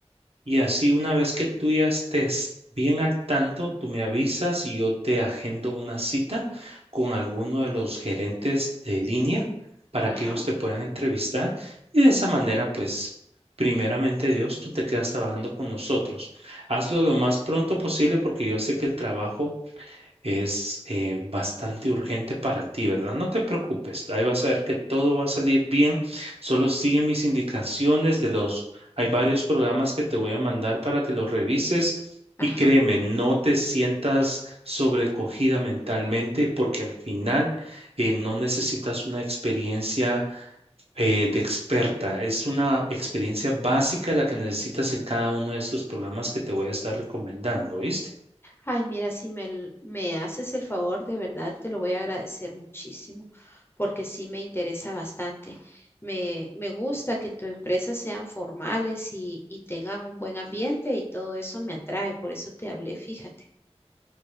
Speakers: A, on the right (about 60°); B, on the left (about 20°).
A: Y así una vez que tú ya estés bien al tanto, tú me avisas y yo te agendo una cita con alguno de los gerentes de línea para
B: Ajá,
A: que ellos te puedan entrevistar. Y de esa manera, pues, primeramente Dios, tú te quedas trabajando con nosotros. Hazlo lo más pronto posible porque yo sé que el trabajo es eh, bastante urgente para ti, ¿verdad? No te preocupes, ahí vas a ver que todo va a salir bien, solo sigue mis indicaciones de los, hay varios programas que te voy a mandar para que los revises y
B: ajá.
A: créeme, no te sientas sobrecogida mentalmente porque al final eh, no necesitas una experiencia eh, de experta, es una experiencia básica la que necesitas en cada uno de estos programas que te voy a estar recomendando, ¿viste?
B: Ay, mira, si me, l- me haces el favor, de verdad te lo voy a agradecer muchísimo, porque sí me interesa bastante. Me, me gusta que en tu empresa sean formales y, y tengan un buen ambiente y todo eso me atrae, por eso te hablé, fíjate.